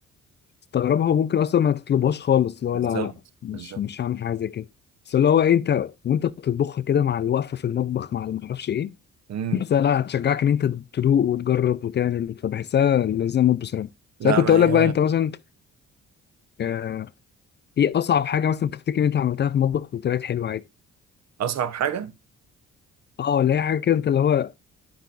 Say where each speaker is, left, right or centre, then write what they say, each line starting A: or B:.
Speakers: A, on the left (about 35°); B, on the right (about 60°).
A: تستغربها وممكن اصلا ما تطلبهاش خالص لا
B: بالظبط
A: لا لا مش
B: بالظبط
A: مش هعمل حاجه زي كده بس اللي هو إيه، انت وانت بتطبخها كده مع الوقفه في المطبخ مع اللي ما اعرفش ايه
B: امم
A: بحسها لا هتشجعك ان انت تدوق وتجرب وتعمل فبحسها لازم اموت بصراحه
B: لا
A: بس انا كنت
B: ما
A: اقول
B: هي
A: لك بقى انت مثلا آه، ايه اصعب حاجه مثلا تفتكر ان انت عملتها في المطبخ وطلعت حلوه عادي
B: أصعب حاجة
A: اه ولا هي حاجه كده انت اللي هو